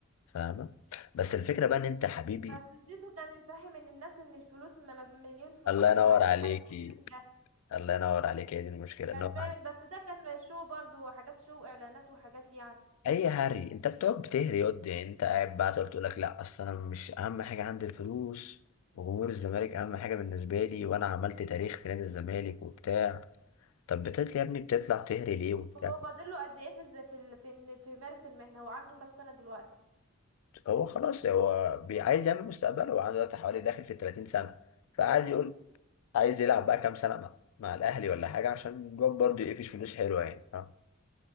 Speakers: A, on the left; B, on the right.
A: فاهمه بس الفكره بقى ان انت حبيبي
B: بس زيزو كان مفهم ان الناس ان الفلوس ما ما- مليون فلوس
A: الله ينور
B: ما ما تجيش
A: عليكي
B: حاجة تخليك الأهلي.
A: الله ينور عليكي هي دي المشكله
B: كان
A: ان هو
B: فاهم بس ده كان شو برضو حاجات شو اعلانات وحاجات يعني
A: اي هري انت بتقعد بتهري ياض يعني انت قاعد بقى تقعد تقول لك لا اصل انا مش اهم حاجه عندي الفلوس وجمهور الزمالك اهم حاجه بالنسبه لي وانا عملت تاريخ في نادي الزمالك وبتاع طب بتطلع يا ابني بتطلع تهري ليه وبتاع
B: هو فاضل له قد ايه في الز- في ال- في إن- في مارس المهنة هو عنده كام سنة دلوقتي
A: هو خلاص هو بي- عايز يعمل مستقبله وعنده دلوقتي حوالي داخل في 30 سنه فقعد يقول عايز يلعب بقى كام سنه مع, مع الاهلي ولا حاجه عشان الواد برضه يقفش فلوس حلوه يعني فاهم